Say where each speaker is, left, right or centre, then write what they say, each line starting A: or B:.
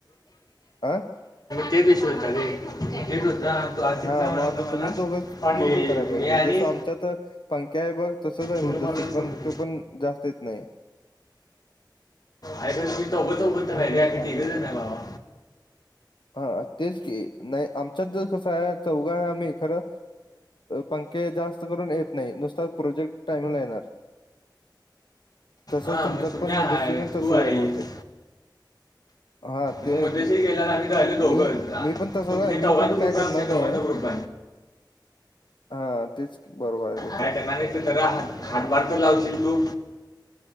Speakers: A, on the left; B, on the left.
A: हा
B: तेच विषय होता ते तेचं होता. तो आसिफचा
A: हा
B: म्हणाला
A: मग आता तुम्ही
B: मला
A: दोघंच
B: पाणी
A: बघून
B: की
A: कराय पाहिजे,
B: मी आणि
A: जसं आमच्यात पंक्या आहे बघ. तसच आहे.
B: थोडी
A: मुद्दासिर
B: मारली
A: पण
B: पडली
A: तो पण जास्त येत नाही.
B: आरे पण तुम्ही चौघ चौघजन हाय रे, आम्ही तिघे आहे भावा.
A: हा तेच की, नाही आमच्यात ज कसं आहे. चौघा आहे आम्ही खरं पंक्या जास्त करून येत नाही, नुसत प्रोजेक्ट टाईमला येणार. तसंच
B: हा
A: तुमच्यात
B: मग सुम्या
A: पण मुद्दासित
B: आहे
A: पण तसं
B: तू आहेस
A: जा आहे भवतेक. हा ते
B: मग
A: आहे
B: मध्यशी
A: की.
B: गेल्यावर आम्ही राहिलो दोघं
A: मी-मी पण तसच
B: तुमच्या
A: आहे, मी
B: चौघांचा
A: पण
B: ग्रुप
A: काय करणार
B: आमच्या
A: नाही
B: चौघांचा
A: आहे.
B: ग्रुप
A: हा तेच. बरोबर आहे. ते
B: काय
A: पण
B: करणार नाहीस तर जरा हात हातभार तर लावशील तू?